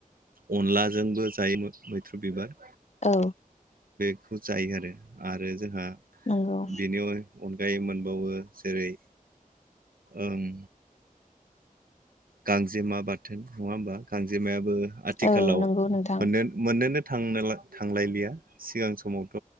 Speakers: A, on the right; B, on the left.
A: अनलाजोंबो जायोमोन मैथ्रु बिबार
B: औ।
A: बेखौ जायो आरो जोंहा
B: नंगौ
A: बेनि अनगायै मोनबावो जेरै उम्म गांजेमा बाथोन नङा होमबा गांजेमायाबो आथिखालाव
B: औ नंगौ नोंथां
A: मोन मोननोनो थांनोला थांलायलिया सिगां समावथ'